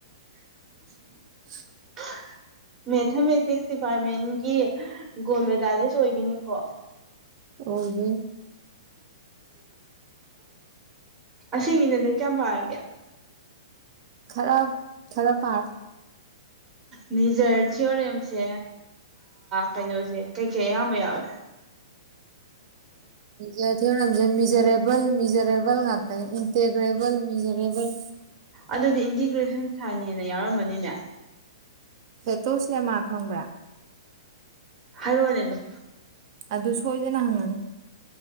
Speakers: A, on the right; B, on the right.
A: <inaudible>
B: ꯍ <unintelligible> ꯃꯦꯊꯥꯃꯦꯇꯤꯛꯁ ꯗꯤꯄꯥꯔꯠꯃꯦꯟꯒꯤ ꯒꯣꯟ ꯃꯦꯗꯥꯂꯤꯁ ꯑꯣꯏꯒꯅꯤꯀꯣ
A: ꯑꯣꯏ ꯗꯣꯏꯅꯦ
B: ꯑꯁꯤꯅꯅꯦ ꯀꯌꯥꯝ ꯄꯥꯔꯒꯦ
A: ꯈꯔ ꯈꯔ ꯄꯥꯔ
B: ꯅꯤꯖꯔ ꯊꯤꯌꯣꯔꯦꯝꯁꯦ ꯀꯩꯅꯣꯁꯦ ꯀꯩ ꯀꯩ ꯑꯌꯥꯝꯕ ꯌꯥꯎꯋꯦ
A: ꯊꯖ ꯃꯤꯖꯔꯦꯕꯜ ꯃꯤꯖꯔꯦꯕꯜ ꯉꯥꯛꯇꯅꯦ ꯏꯟꯇꯦꯒ꯭ꯔꯦꯕꯜ ꯃꯤꯖꯔꯦꯕꯜ
B: ꯑꯗꯨꯗꯤ ꯏꯟꯇꯤꯒ꯭ꯔꯦꯁꯟ ꯁꯥꯏꯅꯦꯅ ꯌꯥꯎꯔꯝꯕꯅꯤꯅꯦ
A: ꯍꯦꯛꯇꯣꯁꯦ ꯃꯥ ꯈꯪꯕ꯭ꯔꯥ
B: ꯍꯥꯏꯔꯣꯅꯦ ꯑꯗꯨꯝ
A: ꯑꯗꯨ ꯁꯣꯏꯗꯅ ꯍꯪꯉꯅꯤ